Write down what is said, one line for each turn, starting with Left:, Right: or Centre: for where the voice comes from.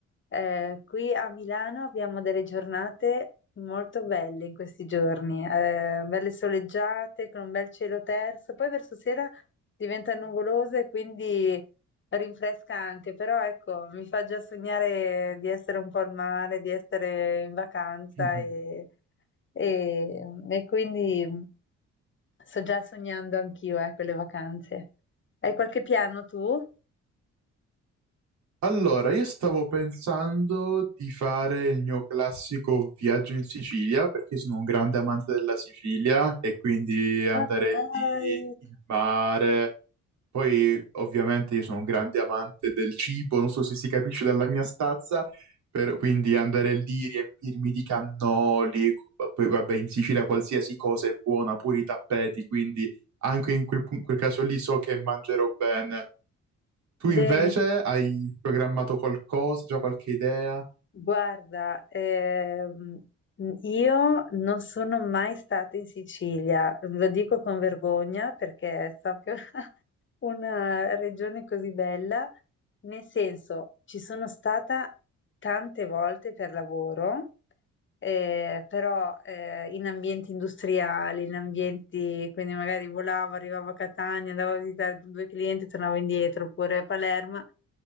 Left: eh, qui a Milano abbiamo delle giornate molto belle in questi giorni, eh, belle soleggiate con un bel cielo terso, poi verso sera diventa nuvoloso e quindi rinfresca anche, però ecco, mi fa già sognare di essere un po' al mare, di essere in vacanza
Right: <laughs>
Left: e, e- e quindi sto già sognando anch'io, ecco, le vacanze. Hai qualche piano tu?
Right: Allora, io stavo pensando di fare il mio classico viaggio in Sicilia perché sono un grande amante della Sicilia e quindi andare
Left: Ma dai.
Right: lì, il mare. Poi, ovviamente, io sono un grande amante del cibo, non so se si capisce dalla mia stazza, per- quindi andare lì, riempirmi di cannoli, poi vabbè, in Sicilia qualsiasi cosa è buona, pure i tappeti, quindi anche in quel, pu- quel caso lì so che mangerò bene. Tu invece
Left: Bene,
Right: hai programmato qualcosa, già qualche idea?
Left: guarda, ehm, io non sono mai stata in Sicilia, lo dico con vergogna perché so che è <laughs> una regione così bella, nel senso ci sono stata tante volte per lavoro, eh, però eh, in ambienti industriali, in ambienti, quindi magari volavo, arrivavo a Catania, andavo a visitare due clienti, tornavo indietro, oppure a Palermo.